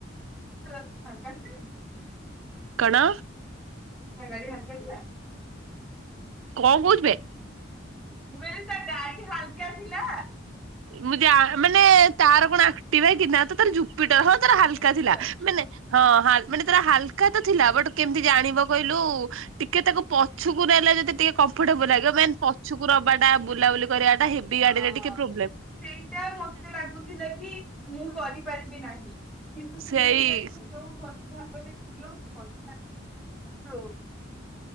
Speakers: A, in the centre; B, on the right (about 80°).
A: ହଁ ଫାଙ୍କା ଥିଲ କି?
B: କଣ?
A: ତା ଗାଡି ଫାଙ୍କା ଥିଲା?
B: କଣ କହୁଚୁବେ?
A: ବେ ତା ଗାଡି ହାଲକା ଥିଲା।
B: ମୁଁ ଯା ମାନେ ତାର କଣ ଆକ୍ଟିବା କି ନା ତ ତାର ଜୁପିଟର ହଁ ତାର ହାଲକା
A: ଜୁପିଟର
B: ଥିଲା ମାନେ ହଁ ହା ମାନେ ତାର ହାଲ କା ଥିଲା ବଟ୍ କେମିତି ଜାଣିବ କହିଲୁ ଟିକେ ତାକୁ ପଛକୁ ନେଲେ ଯଦି ଟିକେ କମ୍ଫର୍ଟେବଲ ଲାଗିବ ମାନ୍ ପଛକୁ ନବା ଟା ବୁଲାବୁଲି କରିବାଟା ହେବି
A: ହଁ।
B: ଗାଡି ରେ ଟିକେ ପ୍ରୋ
A: ସେଇଟା ମତେ ଲାଗୁଥିଲା କି ମୁଁ କରିପାରିବି ନାହିଁ। କିନ୍ତୁ ସୁନ୍ଦରୀ
B: ସେଇ
A: ଜାତିକୁ ଯଉ। <unintelligible> <unintelligible> ଯୋଉ।